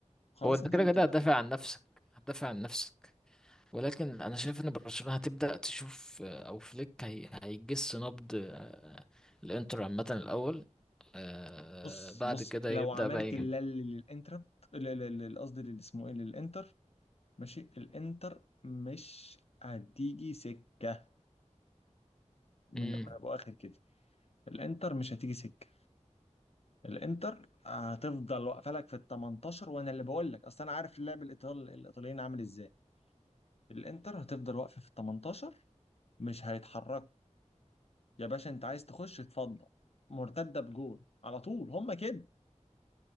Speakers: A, on the left; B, in the centre.
A: خلاص
B: هو انت
A: انت
B: كده
A: اللي
B: كده
A: تبقى
B: هتدافع
A: حاجة.
B: عن نفسك هتدافع عن نفسك ولكن انا شايف ان برشلونة هتبدأ تشوف آه، او فليك هي... هيجس نبض آه، الانتر عامة الاول آه،
A: بص
B: بعد
A: بص
B: كده
A: لو
B: يبدأ
A: عملت
B: بقى ايه
A: اللل للانتر ل- ل- ل- قصدي لل- اسمه ايه للانتر ماشي الانتر مش هتيجي سكه من
B: مم.
A: من ابو اخر كده الانتر مش هتيجي سكه الانتر هتفضل واقفه لك في ال 18 وانا اللي بقول لك اصل انا عارف اللاعب الايطالي الايطاليين عامل ازاي الانتر هتفضل واقفه في ال 18 مش هيتحركوا يا باشا انت عايز تخش اتفضل مرتده بجول على طول هم كده